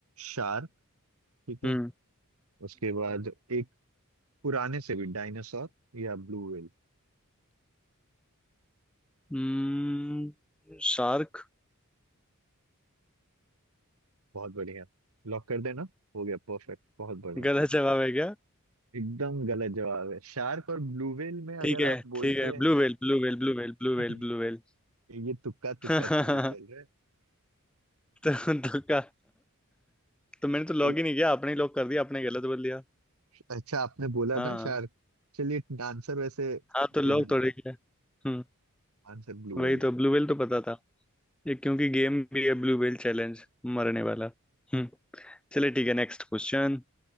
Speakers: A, on the right (about 75°); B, in the centre.
A: शार्क ठीक है
B: हम्म
A: उसके बाद एक पुराने से भी डायनासोर या ब्लू व्हेल
B: हम्म शार्क
A: बहुत बढ़िया लॉक कर देना हो गया परफेक्ट बहुत बढ़िया
B: गलत जवाब है क्या
A: एकदम गलत जवाब है शार्क और ब्लू व्हेल में अगर
B: ठीक है
A: आप बोलते
B: ठीक है
A: हैं
B: blue whale blue whale blue whale blue
A: <laughs>
B: whale blue whale
A: ये तुक्का तुक्का
B: <laughs>
A: थोड़ी चल रहा है
B: तो, तो का तो मैंने तो लॉग
A: चल-
B: ही नहीं किया आपने ही लॉक कर दिया आपने गलत बोल दिया
A: अच्छा आपने बोला
B: हाँ
A: ना शार्क चलिए आंसर वैसे
B: हाँ
A: ब्लू
B: तो लोग
A: व्हेल
B: थोड़े
A: है
B: क्या हम्म
A: आंसर ब्लू
B: वही
A: व्हेल है
B: तो ब्लू व्हेल तो पता था ये क्योंकि गेम भी है ब्लू व्हेल चैलेंज मरने वाला हम्म चलिए ठीक है नेक्स्ट क्वेश्चन